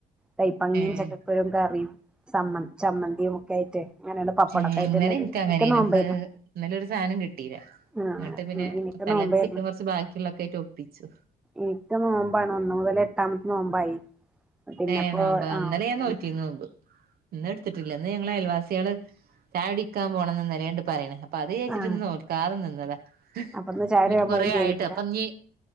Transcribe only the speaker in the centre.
കൈപ്പങ്ങിയും
ചക്കക്കരും കറിയുംമ്മന് ചമ്മന്തിയും ഒക്കെ ആയിട്ട് അങ്ങനെണ്ട് പപ്പടൊക്കെ
ആയിട്ടുണ്ട്
എനിക്ക്
നോമ്പായിരുന്നു
ആഹ്
എനിക്ക്
നോമ്പായിരുന്നു
എനിക്ക് നോമ്പാണ് ഒന്ന് മുതൽ എട്ടാമത്തെ നോമ്പായി പിന്നെപ്പോ
ആഹ്
ആഹ്
ആഹ്
അപ്പൊന്ന് ചായ
കുടിക്കാൻ
പോലും ചെയ്തിട്ടില്ല